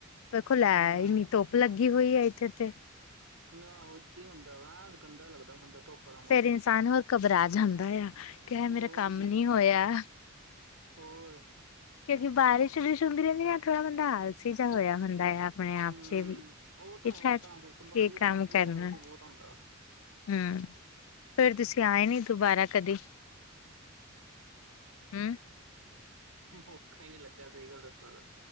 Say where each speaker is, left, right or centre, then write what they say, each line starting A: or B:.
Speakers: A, on the left (about 70°); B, on the right (about 85°).
A: ਵੇਖੋ ਲੈ
B: ਹਮ ਹਮ
A: ਇੰਨੀ ਧੁੱਪ ਲੱਗੀ ਹੋਈ ਐ ਇੱਥੇ ਤੇ।
B: ਆਹੋ ਇਦਾਂ ਹੀ ਹੁੰਦਾ ਵਾ, ਗੰਦਾ ਲੱਗਦਾ ਬੰਦਾ ਧੁੱਪ ਦਾ ਮੌਸਮ
A: ਫਿਰ ਇਨਸਾਨ ਹੋਰ ਘਬਰਾ ਜਾਂਦਾ ਆ। ਕਿ ਹਾਏ
B: ਹੋਰ
A: ਮੇਰਾ ਕੰਮ
B: ਕੀ
A: ਨੀ ਹੋਇਆ।
B: ਹੋਰ
A: ਕਿਉਂਕਿ ਬਾਰਿਸ਼ ਬੂਰਿਸ਼ ਹੁੰਦੀ ਰਹਿੰਦੀ ਨਾ, ਥੋੜਾ ਬੰਦਾ ਆਲਸੀ ਜੇਹਾ ਹੋਇਆ ਹੁੰਦਾ ਆ। ਆਪਣੇ ਆਪ
B: ਹਮ
A: ਚ ਵੀ
B: ਉਹ ਤਾਂ
A: ਕਿ ਛੱਡ
B: ਹੈ, ਤਾਂ
A: ਕੀ
B: ਕਰਕੇ ਬਾਰਿਸ਼ ਦੇ
A: ਕੰਮ
B: ਮੌਸਮ
A: ਕਰਨਾ
B: ਚ ਆਲਸ ਬਹੁਤ ਆਂਦਾ।
A: ਹਮ, ਫਿਰ ਤੁਸੀਂ ਆਏ ਨੀ ਦੁਬਾਰਾ ਕਦੀ ਹਮ
B: ਮੌਕਾ ਈ ਨੀ ਲੱਗਾ, ਸਹੀ ਗੱਲ ਦੱਸਾਂ ਤਾਂ।